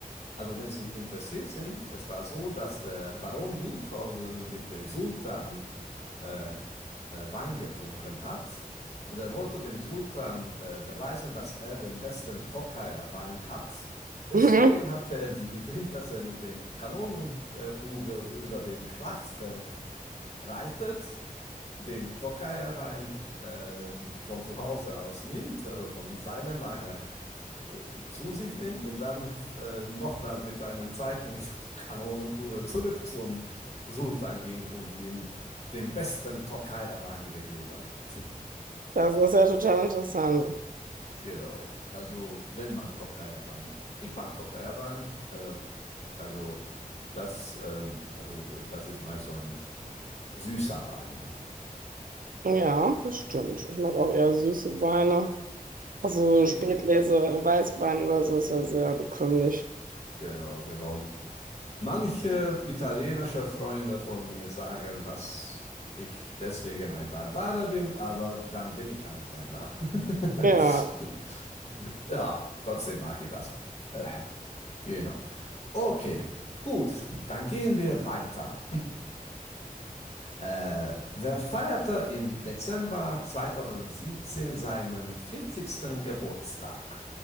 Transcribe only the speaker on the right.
<laughs>
Das ist ja total interessant.
Ja, das stimmt. Ich mag auch eher süße Weine. Also
Spätlese,
Weißwein oder so ist ja sehr bekömmlich.
Ja,